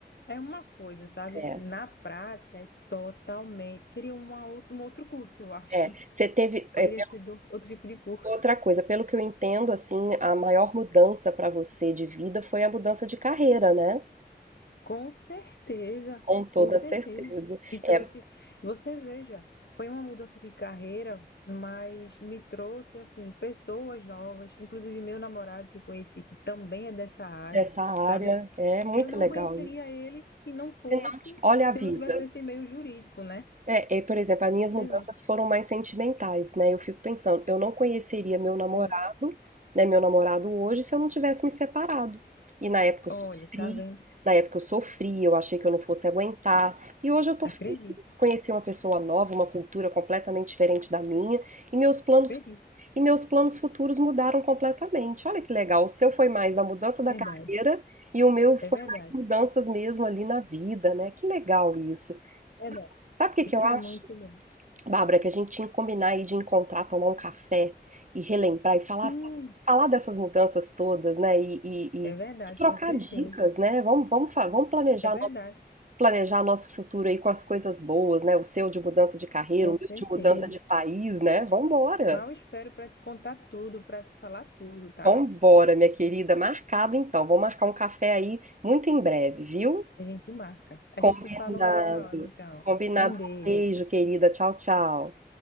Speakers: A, on the left; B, on the right.
A: É uma coisa, sabe?
B: É,
A: Na prática, é totalmente. Seria uma outra, um outro curso, eu acho.
B: é.
A: <laughs>
B: Você teve,
A: Poderia
B: é, pensou
A: ser do- outro tipo de curso.
B: outra coisa, pelo que eu entendo, assim, a maior mudança para você de vida foi a mudança de carreira, né?
A: Com certeza,
B: Com toda
A: com certeza.
B: certeza.
A: Me
B: É,
A: trouxe. Você veja, foi uma mudança de carreira, mas me trouxe, assim, pessoas novas, inclusive meu namorado que eu conheci, que também é dessa área,
B: essa área
A: sabe?
B: é muito
A: E eu não
B: legal
A: conheceria
B: isso.
A: ele se não fosse,
B: Se não, olha
A: se
B: a vida.
A: eu não tivesse nesse meio jurídico, né?
B: É, é, por exemplo, as minhas
A: Você
B: mudanças
A: vê.
B: foram mais sentimentais, né? Eu fico pensando, eu não conheceria meu namorado,
A: É, né?
B: né? Meu namorado hoje se eu não tivesse me separado. E na época
A: Olha,
B: eu sofri,
A: tá vendo?
B: na época eu sofri, eu achei que eu não fosse aguentar. E hoje eu tô
A: Acredito,
B: feliz, conheci uma pessoa nova, uma cultura completamente diferente da minha, e meus planos
A: acredito.
B: e meus planos futuros mudaram completamente. Olha que legal, o seu foi mais da mudança da
A: Verdade,
B: carreira e o meu foi
A: é verdade,
B: mais mudanças mesmo ali na vida, né? Que legal isso.
A: é verdade.
B: Sabe o que que
A: Isso
B: eu acho,
A: é muito bom.
B: Bárbara, que a gente tinha que combinar aí de encontrar, tomar um café e relembrar e falar
A: Sim,
B: assim, falar dessas mudanças todas, né? E, e-
A: é
B: e-
A: verdade,
B: e trocar
A: com certeza.
B: dicas, né? Vamos, vamos, fa- vamos planejar
A: É
B: nosso,
A: verdade,
B: planejar nosso futuro aí com as coisas boas, né? O seu de mudança de carreira,
A: com
B: o
A: certeza.
B: meu de mudança de país, né? Vambora!
A: Mal espero para te contar tudo, para te falar tudo, tá?
B: Vambora, minha querida. Marcado então. Vamos marcar um café aí muito em breve, viu?
A: A gente marca.
B: Combinado.
A: A gente se fala uma outra hora, então.
B: Combinado.
A: Um beijo.
B: Um beijo, querida. Tchau, tchau.